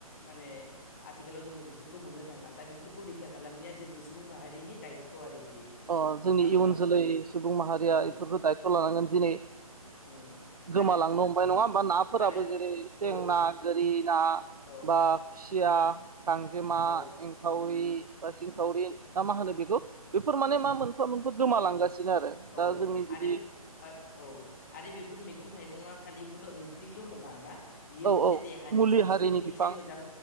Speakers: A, on the left; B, on the right.
A: माने आथिखालाव जोङो बेफोरखौ मोननो थाङा। दा बेफोरखौ रैखा खालामनाया जोंनि सुबुं माहारिनि दायथ' आरोखि
B: अ, जोंनि
A: नङा होमबा
B: इयुन जोलै सुबुं माहारिया
A: औ
B: बेफोरखौ दायथ' लानांगोन दिनै
A: उम
B: गोमालांनो
A: आरो
B: हम फाय नङा होमबा नाफोराबो
A: आरो
B: जेरै सें
A: औ
B: ना गोरि ना
A: औ
B: बा खुसिया गांजेमा
A: औ
B: एंखावरि बा सिंखावरि ना मा होनो बेखौ फोर माने मा मोनफा मोनफा गोमालांगासिनो आरो
A: औ
B: दा जोंनि जुदि
A: आरो औ आरो बेफोर मैगं थाइगंआ दाखालिबोल' ओंख्रिल' नङा ना? बियो
B: औ
A: मोनसे
B: औ
A: देहानि
B: मुलि
A: सावस्रिनि
B: हारिनि
A: मोनसे
B: बिफां
A: मोजां